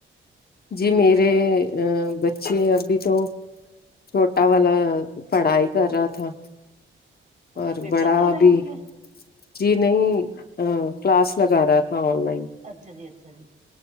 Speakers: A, on the left (about 45°); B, on the right (about 40°).
A: جی میرے ا بچے ابھی تو چھوٹا والا پڑھائی کر رہا تھا
B: اچھا
A: اور
B: پیپر
A: بڑا
B: چل رہے ہیں
A: بھی
B: ان کے
A: جی نہیں کلاس لگا رہا تھا آن لائن
B: اچھا جی اچھا جی